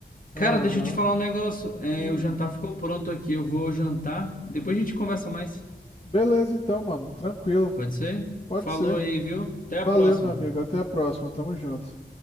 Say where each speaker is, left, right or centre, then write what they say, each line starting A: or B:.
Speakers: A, on the left; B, on the left.
A: Aham.
B: Cara, deixa eu te falar um negócio, é,
A: Hum.
B: o jantar ficou pronto aqui, eu vou jantar, depois a gente conversa mais,
A: Beleza, então, mano. Tranquilo.
B: pode ser?
A: Pode
B: Falou
A: ser.
B: aí, viu? Até
A: Valeu,
B: a próxima.
A: meu amigo. Até a próxima. Tamo junto.